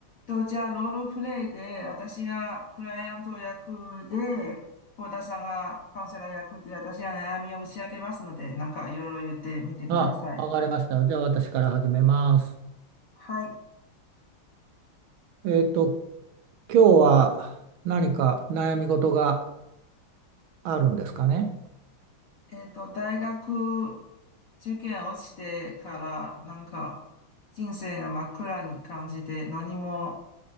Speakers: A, on the left; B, on the right.
A: と、じゃあ、ロールプレイで、私がクライアント役で、幸田さんがカウンセラー役で、私が悩みを打ち明けますので、なんかいろいろ言ってみてください。
B: あ、わかりました。じゃあ私から始めます。
A: はい。
B: えっと、今日は何か悩み事があるんですかね。
A: えっと、大学受験落ちてから、なんか、人生が真っ暗に感じて、何も